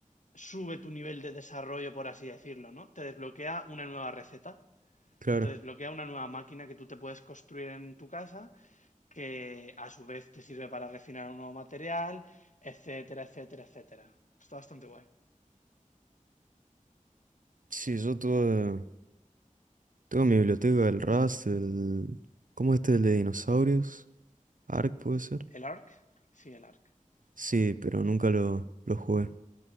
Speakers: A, on the left; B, on the right.
A: sube tu nivel de desarrollo, por así decirlo, ¿no? Te desbloquea una nueva receta
B: claro.
A: o te desbloquea una nueva máquina que tú te puedes construir en tu casa que a su vez te sirve para refinar un nuevo material, etcétera, etcétera, etcétera. Está bastante guay.
B: Sí, yo tuve, tuve mi biblioteca del Rust, el... ¿Cómo es este? El de dinosaurios. Ark puede ser.
A: ¿El ARC? Sí, el ARC.
B: Sí, pero nunca lo, lo jugué.